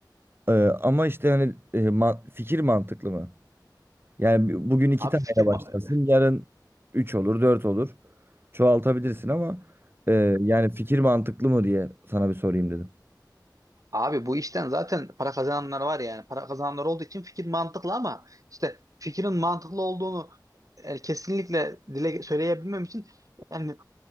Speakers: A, on the right; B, on the right.
A: Ee, ama işte hani e, ma- fikir mantıklı mı? Yani bu- bugün iki
B: Abi
A: taneyle
B: fikir ma-
A: başlarsın. Yarın üç olur, dört olur. Çoğaltabilirsin ama e, yani fikir mantıklı mı diye sana bir sorayım dedim.
B: abi bu işten zaten para kazananlar var yani. Para kazananlar olduğu için fikir mantıklı ama işte fikrin mantıklı olduğunu e, kesinlikle dile söyleyebilmem için yani